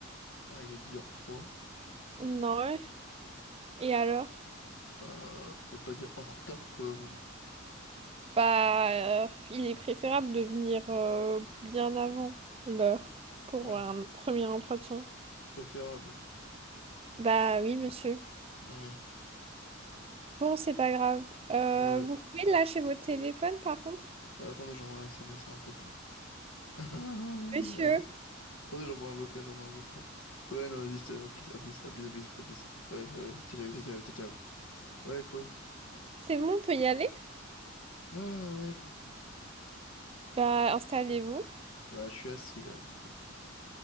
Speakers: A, on the left; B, on the right.
A: Bah, il est dix heures trois.
B: Non, et alors?
A: Bah, on peut pas dire en retard, quoi.
B: Bah euh, il est préférable de venir euh, bien avant l'heure pour
A: Ouais,
B: un premier entretien.
A: préférable.
B: Bah oui monsieur.
A: Ouais,
B: Bon c'est pas grave. Euh,
A: ouais.
B: vous pouvez lâcher votre téléphone par contre?
A: Ah, attendez, j'envoie un S M S à un pote, là. <laughs>
B: Monsieur,
A: Euh, Attendez, j'envoie un vocal, j'envoie un vocal. Ouais, non, vas-y, je te... à plus, à plus, à plus, à plus, à plus. Ouais, ouais, ciao, ciao, ciao, ciao, ciao. ciao. Ouais, quoi?
B: c'est bon, on peut y aller?
A: Ah, ouais, allez-y.
B: Bah installez-vous.
A: Bah, je suis assis, là, donc... euh,